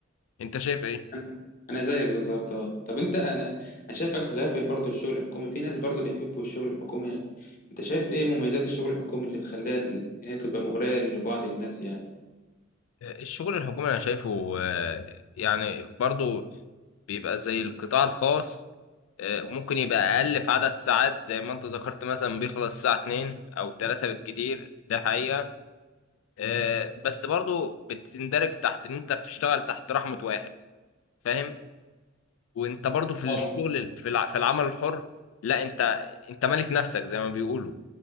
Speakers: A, on the left (about 85°); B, on the left (about 45°).
A: انت شايف ايه؟
B: انا أنا زيك بالظبط اه طب انت انا انا شايفك غافل برضو الشغل الحكومي في ناس برضو بيحبوا الشغل الحكومي يعني انت شايف ايه مميزات الشغل الحكومي اللي مخليها ال- هي تبقى مغرية لبعض الناس يعني
A: الشغل الحكومي انا شايفه آه، يعني برضو بيبقى زي القطاع الخاص آه، ممكن يبقى اقل في عدد ساعات زي ما انت ذكرت مثلا بيخلص الساعة 2 او 3 بالكتير ده حقيقة آه، بس برضو بتندرج تحت ان انت بتشتغل تحت رحمة واحد فاهم وانت برضو في الشغل
B: اه
A: في الع- في العمل الحر لا انت انت مالك نفسك زي ما بيقولوا